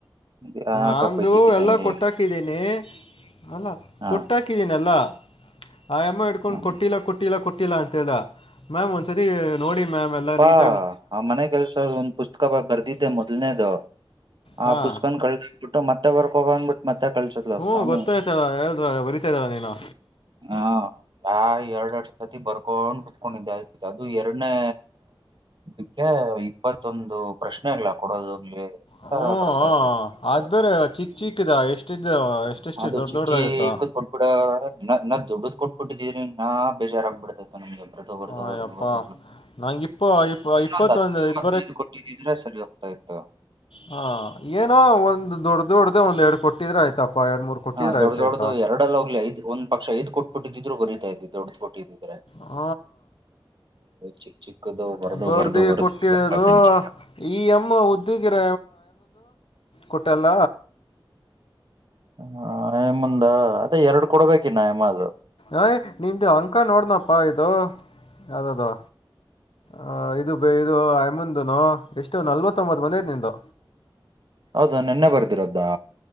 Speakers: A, on the right; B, on the left.
A: ಯಾಕಪ್ಪ
B: ನಾಂದು
A: ಇದ್ದಕ್ಕಿದ್ದಂಗೆ
B: ಎಲ್ಲ ಕೊಟ್ಟಾಕಿದ್ದೀನಿ ಅಲ್ಲ
A: ಹಾ
B: ಕೊಟ್ಟಾಕಿದೀನಲ್ಲ ಆಯ ಅಮ್ಮ ಇಡ್ಕೊಂಡ್
A: ಹ್ಮ್.
B: ಕೊಟ್ಟಿಲ್ಲ ಕೊಟ್ಟಿಲ್ಲ ಕೊಟ್ಟಿಲ್ಲ ಅಂತ ಹೇಳ್ದ ಮ್ಯಾಮ್ ಒಂದ್ಸತಿ ನೋಡಿ ಮ್ಯಾಮ್ ಎಲ್ಲಾ ನೀಟ್
A: ಹ ಆ ಮನೆ ಕೆಲ್ಸ ಒಂದ್ ಪುಸ್ತಕ ಬ ಬರ್ದಿದ್ದೆ ಮೊದ್ಲ್ನೇದು ಆ
B: ಹಾಂ
A: ಪುಸ್ತಕ ಕಳ್ಬಿಟ್ಟು ಮತ್ತೆ ಬರ್ಕ್ ಹೋಗಂದ್ಬಿಟ್ಟು ಮತ್ತ ಕಲ್ಸುಡ್ಲು
B: ಹ್ಞೂ
A: ಸ್ವಾಮಿ
B: ಗೊತ್ತಾಯ್ತಲ್ಲ ಹೇಳಿದ್ರಲ್ಲ ಬರಿತಾ ಇದ್ದಲ್ಲ ನೀನು
A: ಹಾ ಆ ಎರಡ್ ಎರಡು ಸತಿ ಬರ್ಕೊಂಡು ಕುತ್ಕೊಂಡಿದ್ದೆ ಅದು ಎರಡನೇ ಇದಕ್ಕೆ ಇಪ್ಪತ್ತೊಂದು ಪ್ರಶ್ನೆ ಇಲ್ಲ ಕೊಡೋದೋಗ್ಲಿ
B: ಹ್ಞೂ
A: <unintelligible>
B: ಅದು ಬೇರೆ ಚಿಕ್ಕ ಚಿಕ್ಕಿದ ಎಷ್ಟಿದ್ದ ಎಷ್ಟೆಷ್ಟು
A: ಅದು
B: ದೊಡ್ಡ
A: ಚಿ
B: ದೊಡ್ಡದಾಗಿತ್ತು
A: ಚಿ ಕೂತ್ ಕೊಟ್ಟ ಬಿಡ ಇನ್ನ್ ದೊಡ್ಡ ಕೊಟ್ಬಿಟ್ಟಿದ್ರೆ ಇನ್ನ ಬೇಜಾರಾಗಗ್ಬಿಡತೈತೆ ನಮಗೆಲ್ಲಿ ಬರ್ದು ಬರದು
B: ಅಯ್ಯಪ್ಪ
A: ಬರದು ಬ
B: ನಂಗೆ ಇಪ್ಪ ಇಪ್ಪ
A: ಏನ
B: ಇಪ್ಪತ್ತೊಂದು ಇದು
A: ಕೊಟ್ಟಿದ್ದಿದ್ರೆ ಸರಿಯ ದಯತ
B: ಹಾ ಏನೋ ಒಂದ್ ದೊಡ್ಡ್ದೊಡ್ದ ಒಂದ್ ಎರಡು ಕೊಟ್ಟಿದ್ರೆ ಆಯ್ತಪ್ಪ ಎರಡು ಮೂರು ಕೊಟ್ಟಿದ್ರೆ
A: ಹಾ ದೊಡ್ಡ
B: ಆಯ್ತಾಯ್ತಾ
A: ದೊಡು ಎರಡಲ್ಲ ಹೋಗ್ ಐದ್ ಒ ಪಕ್ಷ ಐದ್ ಕೊಟ್ಬಿಟ್ಟಿದ್ರು ಬರೀತಾ ಇದದೆ ದೊಡು ಕೊಟ್ಟಿದ್ದು
B: ಹ
A: ಚಿಕ್ಕ ಚಿಕ್ಕದು ಬರ್ದು
B: ಪರ್ದಿ
A: ಬರ್ದು ಬರ್ದು
B: ಕೊಟ್ಟಿರೋದು
A: ಇವಾಗ ಬೆಂಚ
B: ಈ ಅಮ್ಮ ಉದ್ಯೋಗಿರ ಕೊಟ್ಟಲ್ಲ
A: ಹ ಮುಂದ ಅದೇ ಎರಡು ಕೊಡ್ಬೇಕಿ ನಯಮದು
B: ಅಯ್ ನಿದ ಅಂಕ ನೋಡನಪ್ಪಾ ಇದು ಯಾವ್ದದು ಹ ಇದು ಬ ಇದು ಮುಂದನು ಎಷ್ಟು ನಲ್ವತ್ತೊಂಬತ್ ಬಂದೈತೆ ನಿಂದು
A: ಹೌದಾ ನಿೆನ್ನೆ ಬರ್ದಿರೋದಾ